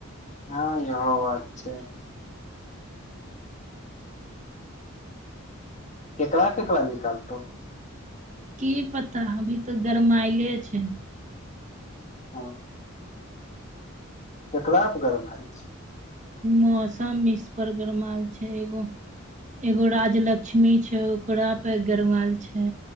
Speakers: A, on the left; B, on the right.
A: हँ इहो बात छै। केकरा केकरा निकालतै।
B: की पता अभी तऽ गरमाइले छै।
A: हँ। ककरा पर गरमायल छै।
B: मौसम इसपर गरमाल छै एगो एगो राजलक्ष्मी छै ओकरा पे गरमायल छै।